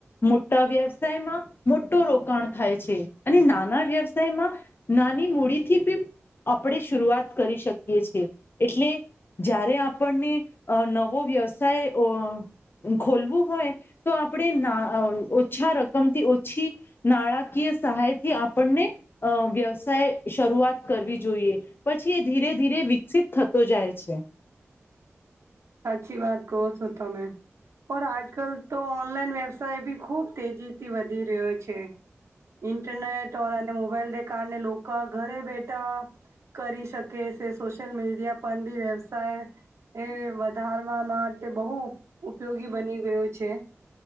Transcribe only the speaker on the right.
સાચી વાત કહો છો તો મેં પણ આજ કલ તો ઓનલાઈન વ્યવસાય બી ખુબ તેજીથી વધી રહ્યો છે, ઇન્ટરનેટ ઓર અને મોબાઈલને કારણે લોકો ઘરે બેઠા કરી શકે છે, સોશિયલ મીડિયા પણ બી વ્યવસાય એ ધારવા માટે બહુ ઉપયોગી બની ગયો છે.